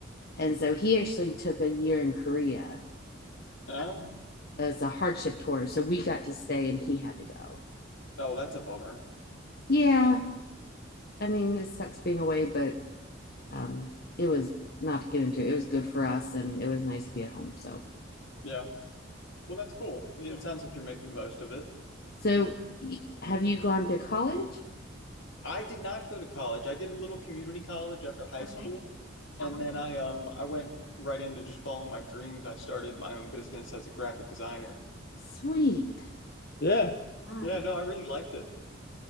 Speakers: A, on the left; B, on the left.
A: And so he actually took a year in Korea
B: Huh?
A: as a hardship tour. So we got to stay, and he had to go.
B: Oh, that's a bummer.
A: Yeah, I mean, it sucks being away, but um, it was not to get into. It was good for us, and it was nice to be at home. So
B: Yeah. Well, that's cool. I mean, Yeah. It sounds like you're making the most of it.
A: So, have you gone to college?
B: I did not go to college. I did a little community college after high Okay. school. And then I um I went right into just following my dreams. I started my own business as a graphic designer.
A: Sweet. Yeah.
B: Nice. Yeah, Nice. no, I really liked it.